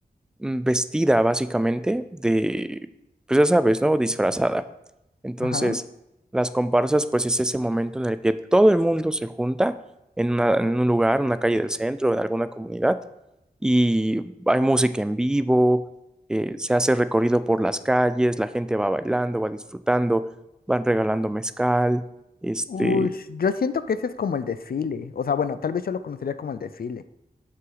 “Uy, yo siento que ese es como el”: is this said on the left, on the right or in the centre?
Left